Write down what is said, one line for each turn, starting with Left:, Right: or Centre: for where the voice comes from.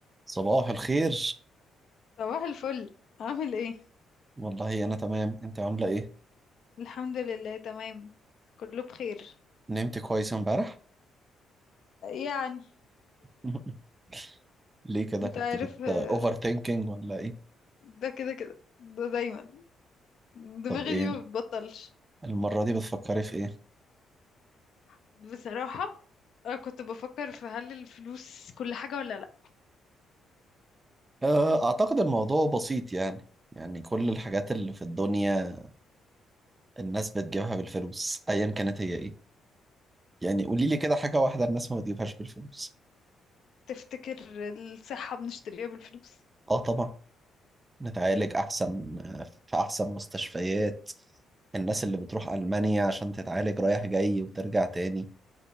Right: صباح الخير
Left: صباح الفل عامل ايه
Right: والله انا تمام انت عامله ايه
Left: الحمد لله تمام كله بخير
Right: نمت كويس امبارح
Left: يعني
Right: <laughs> ليه كده
Left: انت
Right: كنت
Left: عارف
Right: بت
Left: آه،
Right: اوفر ثينكينج ولا ايه
Left: ده كده كده ده دايما دماغي
Right: طب ايه
Left: دي ما بتبطلش
Right: المره دي بتفكري في ايه
Left: بصراحة انا كنت بفكر في هل الفلوس كل حاجة ولا لا
Right: آه، اعتقد الموضوع بسيط يعني يعني كل الحاجات اللي في الدنيا الناس بتجيبها بالفلوس ايا كانت هي ايه يعني قولي لي كده حاجه واحده الناس ما بتجيبهاش بالفلوس
Left: تفتكر الصحة بنشتريها بالفلوس
Right: اه طبعا نتعالج احسن آه، في احسن مستشفيات الناس اللي بتروح المانيا عشان تتعالج رايح جاي وترجع تاني